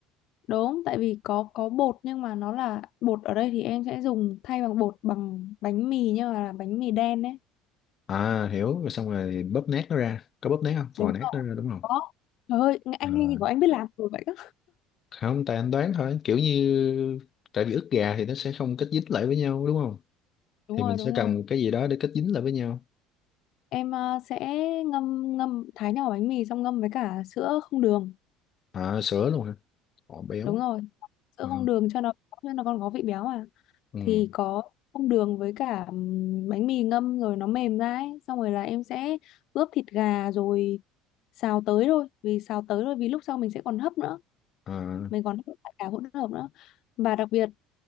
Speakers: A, on the left; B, on the left.
A: đúng tại vì có có bột nhưng mà nó là bột ở đây thì em sẽ dùng thay bằng bột bằng bánh mì nhưng mà là bánh mì đen ấy
B: À hiểu, rồi xong rồi bóp nát nó ra. Có bóp nát không?
A: đúng
B: Vò nát
A: rồi
B: nó ra đúng không?
A: có trời ơi anh
B: À,
A: nghe như của anh biết làm rồi vậy á
B: không, tại anh đoán thôi. Kiểu như tại vì ức gà thì nó sẽ không kết dính lại với nhau đúng không?
A: <laughs> đúng
B: Thì
A: rồi
B: mình
A: đúng
B: sẽ cần
A: rồi
B: một cái gì đó để kết dính lại với nhau.
A: Em ờ, sẽ ngâm ngâm thái nhỏ bánh mì xong ngâm với cả sữa không đường.
B: À sữa luôn hả? Ồ béo.
A: Đúng rồi. Sữa
B: À,
A: không đường cho nó cho nó còn có vị béo mà.
B: ừ.
A: Thì có không đường với cả ừm, bánh mì ngâm rồi nó mềm ra ấy, xong rồi là em sẽ ướp thịt gà rồi xào tới thôi, vì xào tới thôi vì lúc sau mình sẽ còn hấp nữa,
B: À,
A: mình còn hấp lại cả hỗn hợp nữa. Và đặc biệt